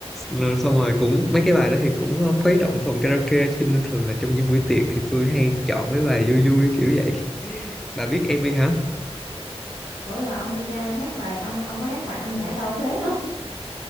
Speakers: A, in the centre; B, on the left (about 75°).
A: Rồi xong rồi cũng mấy cái bài đó thì cũng ờ, khuấy động phòng karaoke cho nên thường là trong những buổi tiệc thì tôi hay chọn mấy bài vui vui kiểu vậy bà biết Amy hả
B: ủa rồi ông trai ông hát bài ông ông có hát bài anh Nhã đâu thế không